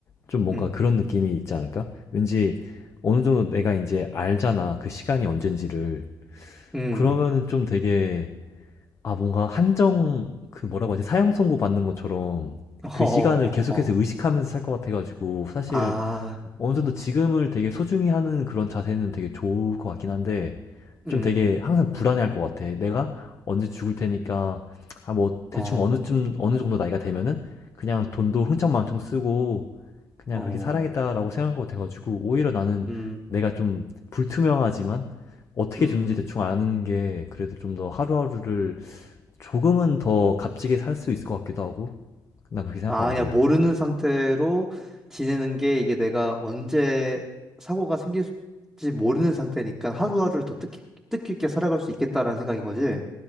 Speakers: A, on the left; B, in the centre.
A: 좀 뭔가
B: 음,
A: 그런 느낌이 있지 않을까? 왠지 어느 정도 내가 이제 알잖아. 그 시간이 언젠지를.
B: 음,
A: 그러면은 좀 되게 아 뭔가 한정 그 뭐라고 하지? 사형 선고 받는 것처럼
B: <laughs>
A: 그
B: 어, 어,
A: 시간을 계속해서
B: 어, 어.
A: 의식하면서 살 것 같아가지고 사실
B: 아,
A: 어느 정도 지금을 되게 소중히 하는 그런 자세는 되게 좋을 것 같긴 한데,
B: 음,
A: 좀 되게 항상 불안해할 것 같아. 내가 언제 죽을 테니까, 아, 뭐, 대충
B: 어,
A: 어느쯤, 어느 정도 나이가 되면은, 그냥 돈도 흥청망청 쓰고, 그냥
B: 어,
A: 그렇게 살아야겠다라고 생각할 것 같아가지고, 오히려 나는
B: 음,
A: 내가 좀 불투명하지만, 어떻게
B: 음.
A: 죽는지 대충 아는 게 그래도 좀 더 하루하루를 조금은 더 값지게 살 수 있을 것 같기도 하고, 난 그렇게 생각하거든.
B: 아, 그냥 모르는 상태로 지내는 게 이게 내가 언제 사고가 생길지 모르는 상태니까 하루하루를 더 뜻깊, 뜻깊게 살아갈 수 있겠다라는 생각인 거지?